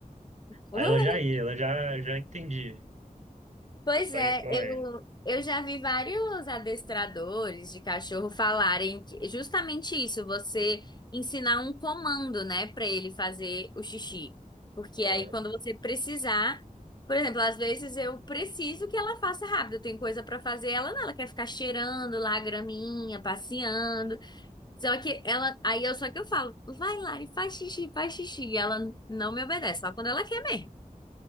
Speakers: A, on the left; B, on the right.
A: <laughs>
B: Aí ela já ia, ela já, já entendia.
A: Pois
B: Eu saía
A: é,
B: correndo.
A: eu, eu já vi vários adestradores de cachorro falarem que justamente isso, você ensinar um comando, né, para ele fazer o xixi. Porque
B: Aham.
A: aí quando você precisar, por exemplo, às vezes eu preciso que ela faça rápido, tem coisa para fazer, ela não, ela quer ficar cheirando lá a graminha, passeando. Só que ela, aí eu só que eu falo, vai Lari, faz xixi, faz xixi, e ela não me obedece, só quando ela quer mesmo.